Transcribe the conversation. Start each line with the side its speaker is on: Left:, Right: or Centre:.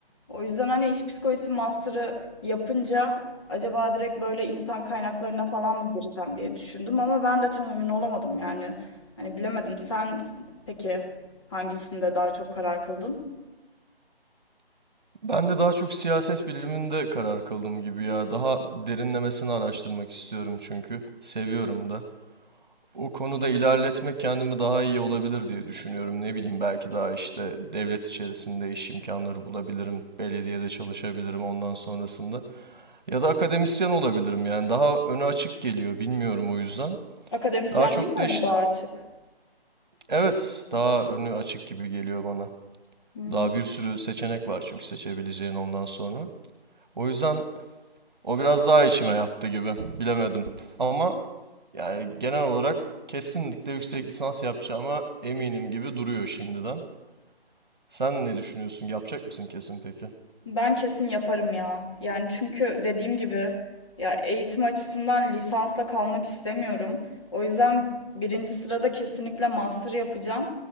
Left: O yüzden hani iş psikolojisi master'ı yapınca acaba direkt böyle insan kaynaklarına falan mı girsem diye düşündüm ama ben de tam emin olamadım yani. Hani bilemedim. Sen peki hangisinde daha çok karar kıldın?
Right: Ben de daha çok siyaset biliminde karar kıldım gibi ya. Daha derinlemesine araştırmak istiyorum çünkü. Seviyorum da. O konuda ilerletmek kendimi daha iyi olabilir diye düşünüyorum. Ne bileyim belki daha işte devlet içerisinde iş imkanları bulabilirim. Belediyede çalışabilirim ondan sonrasında. Ya da akademisyen olabilirim yani. Daha önü açık geliyor bilmiyorum o yüzden.
Left: Akademisyenliğim
Right: Daha çok
Left: mi
Right: da
Left: ön
Right: işte
Left: daha açık?
Right: evet daha önü açık gibi geliyor bana.
Left: Hmm,
Right: Daha bir sürü seçenek var çünkü seçebileceğin ondan sonra. O yüzden O biraz daha içime yattı gibi. Bilemedim. Ama yani genel olarak kesinlikle yüksek lisans yapacağıma eminim gibi duruyor şimdiden. Sen ne düşünüyorsun? Yapacak mısın kesin peki?
Left: Ben kesin yaparım ya. Yani çünkü dediğim gibi ya eğitim açısından lisansla kalmak istemiyorum. O yüzden birinci sırada kesinlikle master yapacağım.